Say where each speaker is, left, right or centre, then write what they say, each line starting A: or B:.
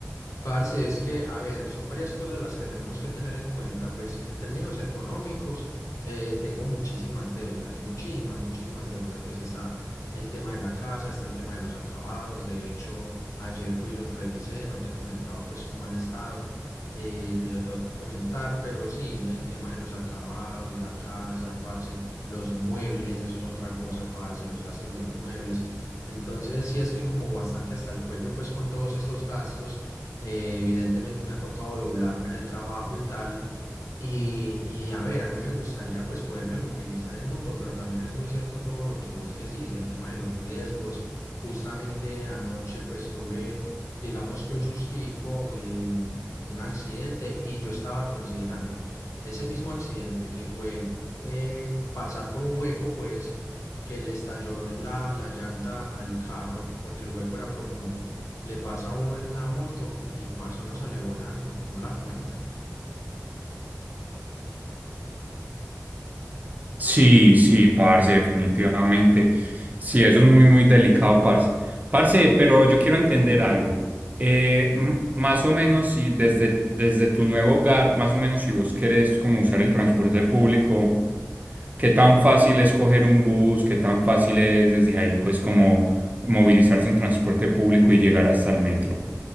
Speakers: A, on the left (about 75°); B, on the right (about 30°).
A: Parce, es que, a ver, son varias cosas las que tenemos que tener en cuenta. Pues en términos económicos, eh, tengo muchísimas deudas, muchísimas, muchísimas deudas. Pues está el tema de la casa, está el tema de los acabados. De hecho, ayer fui y los revisé, no te he comentado pues cómo han estado. eh, te lo tengo que comentar, pero sí, el tema de los acabados, la casa, parce, los muebles, eso es otra cosa, parce, los gastos de los muebles. Entonces, sí estoy como bastante hasta el cuello pues con todos estos gastos eh, evidentemente me ha tocado doblarme en el trabajo y tal, y, y a ver, a mí me gustaría pues poderme movilizar en moto, pero también es muy cierto todo lo que vos decís, el tema de los riesgos. Justamente anoche pues tuve, digamos que un sustico, em, un accidente y yo estaba considerando ese mismo accidente que fue eh, pasar por un hueco pues que le estalló la, la llanta al carro porque el hueco era profundo, le pasa a uno en una moto y parce uno sale volando, no la cuenta.
B: Sí, sí, parce, definitivamente. Sí, eso es muy, muy delicado, parce. Parce, pero yo quiero entender algo. Eh, m- más o menos, si desde, desde tu nuevo hogar, más o menos si vos querés como usar el transporte público, ¿qué tan fácil es coger un bus? ¿Qué tan fácil es desde ahí, pues, como movilizarse en transporte público y llegar hasta el metro?